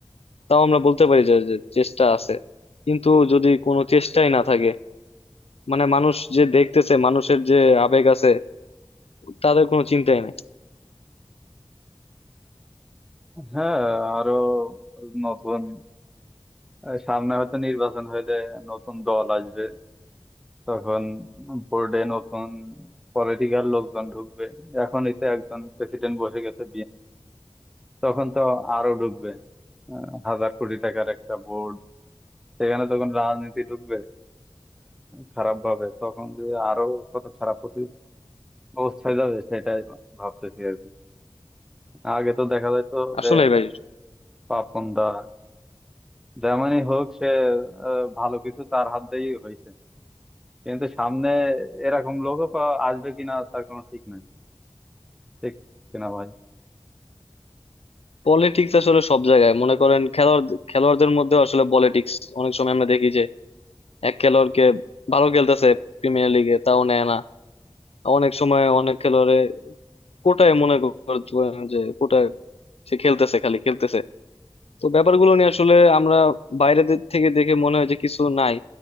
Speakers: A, on the left (about 90°); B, in the centre.
A: তাও আমরা বলতে পারি যে যে চেষ্টা আছে কিন্তু যদি কোনো চেষ্টাই না থাকে মানে মানুষ যে দেখতেছে মানুষের যে আবেগ আছে তাদের কোনো চিন্তাই নাই
B: হ্যাঁ আরো নতুন আহ, সামনে হয়তো নির্বাচন হইলে নতুন দল আসবে তখন বোর্ডে নতুন পলিটিক্যাল লোকজন ঢুকবে এখনই তো একজন প্রেসিডেন্ট বসে গেছে তখন তো আরো ঢুকবে আহ, হাজার কোটি টাকার একটা বোর্ড সেখানে তখন রাজনীতি ঢুকবে খারাপ ভাবে তখন যে আরো কত খারাপ পরি- অবস্থায় যাবে সেটাই ভাবতেছি আর কি আগে তো দেখা যায় তো
A: আসলে
B: যে
A: ভাই
B: পাপন্দা যেমনই হোক সে আহ, ভালো কিছু তার হাত দিয়েই হয়েছে কিন্তু সামনে এরকম লোকও পা- আসবে কিনা তার কোনো ঠিক নাই ঠিক কিনা ভাই
A: পলিটিক্স আসলে সব জায়গায় মনে করেন খেলোয়াড় খেলোয়াড়দের মধ্যে আসলে পলিটিক্স অনেক সময় আমরা দেখি যে এক খেলোয়াড়কে ভালো খেলতেছে প্রিমিয়ার লিগে তাও নেয় না অনেক সময় অনেক খেলোয়াড়ে কোটায় মনে করেন যে কোটায় সে খেলতেছে খালি খেলতেছে তো ব্যাপারগুলো নিয়ে আসলে আমরা বাইরে দে- থেকে দেখে মনে হয় যে কিছু নাই